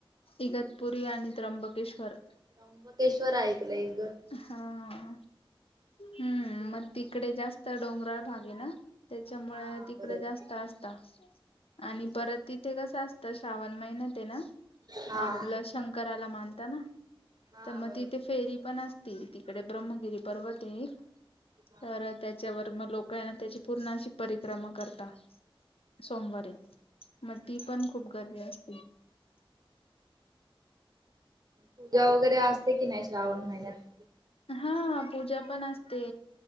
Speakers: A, on the left (about 85°); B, on the right (about 45°).
A: इगत पुरी आणि आणि त्र्यंबकेश्वर
B: त्र्यंबकेश्वर ऐकलं एक ग
A: हा ह हम्म मग तिकडे जास्त डोंगराळ भाग आहे ना त्याच्यामुळे
B: हा
A: तिकडे
B: बरोबर.
A: जास्त असत आणि
B: अच्छा.
A: परत त ते कसं असतं श्रावण महिन ते ना
B: हा.
A: आपलं शंकराला मानता ना,
B: हा
A: तर मग
B: बरोबर
A: तिथे फेरी पण असती तिकडे ब्रह्मगिरी पर्वत आहे.
B: हा.
A: तर त्याच्यावर मग लोक ना त्याची पूर्ण अशी परिक्रमा करता, सोमवारी मग ती पण खूप गर्दी असते.
B: पूजा वगैरे असते की नाही श्रावण महिन्यात
A: हा पूजा पण असते.